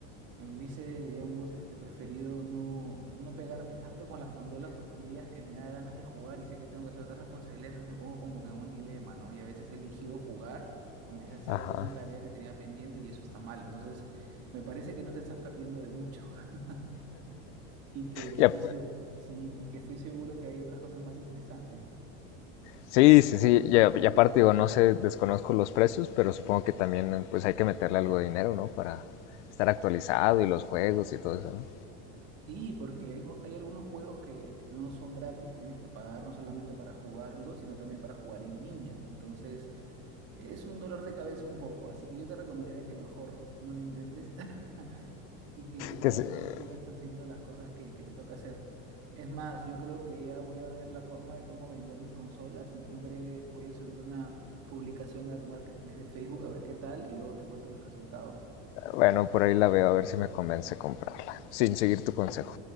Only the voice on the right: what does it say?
eh, Hubiese, digamos, este, preferido no, no pegarme tanto con las consolas porque hay días que me da ganas de jugar y sé que tengo que hacer otras responsabilidades, entonces me pongo como que en un dilema, ¿no? Y a veces he elegido jugar en vez de hacer
alguna tarea que tenía pendiente y eso está mal. Entonces, me parece que no te estás perdiendo de mucho <laughs> y que
estoy,
seg- sí, y que estoy seguro que hay otras cosas más interesantes.
Sí, porque hay, mo- hay algunos juegos que no son gratis, que tienes que pagar no solamente para jugarlos, sino también para jugar en línea. Entonces... Es un dolor de cabeza un poco, así que yo te recomendaría que mejor no lo intentes <laughs> y que quizás
eh, sigas haciendo las cosas que, que te toca hacer. Es más, yo creo que ya voy a ver la forma de cómo vender mi consola, así que en breve voy a subir una publicación al Marketplace de Facebook a ver qué tal y luego te cuento los resultados.